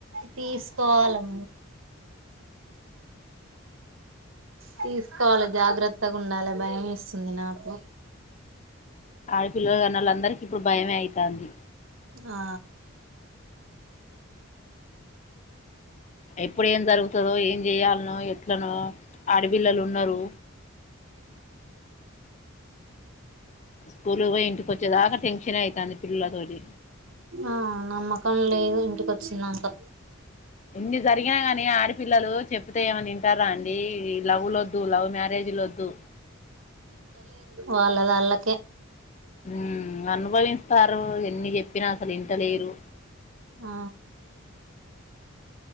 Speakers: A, on the right; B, on the left.
A: తీస్కోవాలం తీస్కోవాలె జాగ్రత్తగా ఉండాలే భయం ఎస్తుంది నాకు
B: ఆడపిల్లలు కన్నోళ్ళ అందర్కి ఇప్పుడు భయమే ఐతాంది
A: ఆ
B: ఎప్పుడు ఏం జరుగుతదో ఏం చెయాలనో ఎట్లనో ఆడపిల్లలు ఉన్నారు స్కూల్ పోయి ఇంటికి వచ్చేదాకా టెన్షన్ అయితాంది పిల్లల తోటి
A: ఆ నమ్మకం లేదు ఇంటికి వచ్చినంకా
B: ఇన్ని జరిగినా గాని ఆడపిల్లలు చెప్తే ఏమన వింటారా అండి ఈ లవ్వులు ద్ ద్దు లవ్ మ్యారేజ్ లు వద్దు
A: వాళ్ళదాళ్ళకి
B: ఉమ్ అనుభవిస్తారు ఎన్ని చెప్పినా అసల్ ఇంటలేరు
A: ఆ